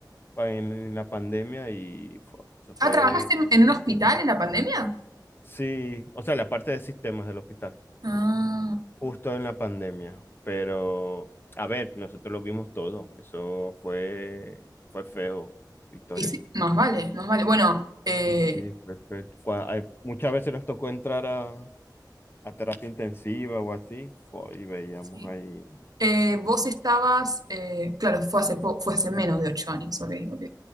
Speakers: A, on the left; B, on the right.
A: pa- en la pandemia y fue- eso fue,
B: Ah, ¿trabajaste en, en un hospital en la pandemia?
A: sí, o sea, la parte de sistemas del hospital,
B: Ah,
A: justo en la pandemia, pero a ver, nosotros lo vimos todo, eso fue, fue feo, Victoria.
B: y sí, más vale, más vale. Bueno. eh,
A: Sí, sí, fue feo. Cua- hay- muchas veces nos tocó entrar a, a terapia intensiva o así, fue- y veíamos
B: Sí.
A: ahí.
B: Eh, vos estabas, eh, claro, fue hace, po- fue hace menos de ocho años, ok, ok.